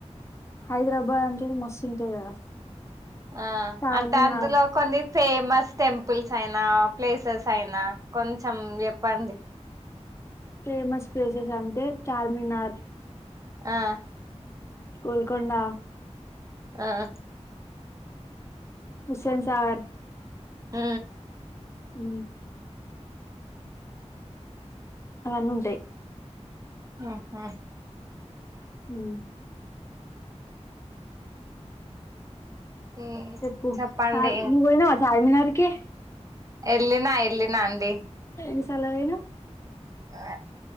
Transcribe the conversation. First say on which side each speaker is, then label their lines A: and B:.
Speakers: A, on the left; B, on the right.
A: హైదరాబాద్ అంటే మస్తు ఉంటాయి కదా
B: ఆహ్
A: చార్మినార్
B: అంటే అందులో కొన్ని ఫేమస్ టెంపుల్స్ అయినా ప్లేసెస్ అయినా కొంచెం చెప్పండి.
A: ఫేమస్ ప్లేస్ ప్లేసెస్ అంటే చార్మినార్
B: ఆహ్
A: గోల్కొండ
B: ఆ
A: హుస్సెన్ సాగర్
B: ఊ
A: ఊ అవన్నీ ఉంటాయి.
B: ఆహ
A: ఉ
B: మ్మ్
A: చెప్పు
B: చెప్పండి
A: చా నువ్ పోయినావా చార్మినారికి కి
B: ఏళ్లిన ఏళ్ళిన అండి
A: ఎన్ని సార్లు పోయనవ్
B: ఆ